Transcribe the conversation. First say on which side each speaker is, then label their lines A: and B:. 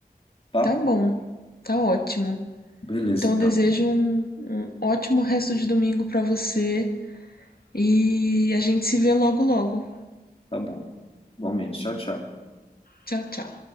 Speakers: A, on the left; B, on the left.
A: tá?
B: Tá bom, tá ótimo.
A: Beleza,
B: Então
A: então.
B: eu desejo um, um ótimo resto de domingo para você e a gente se vê logo logo.
A: Tá bom. Igualmente. Tchau, tchau.
B: Tchau, tchau.